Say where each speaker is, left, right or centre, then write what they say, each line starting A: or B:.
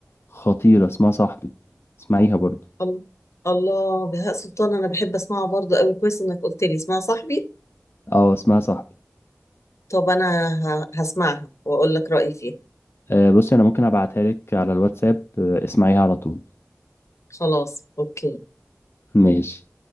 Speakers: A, on the left (about 50°); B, on the left (about 75°).
A: خطيرة اسمها صاحبي اسمعيها برضو
B: الله الله بهاء سلطان انا بحب اسمعها برضو قوي كويس انك قلت لي اسمها صاحبي
A: اه اسمها صاحبي
B: طب انا ه- هسمعها واقول لك رايي فيها
A: آه، بصي أنا ممكن أبعتها لك على الواتساب آه، اسمعيها على طول
B: خلاص اوكي
A: ماشي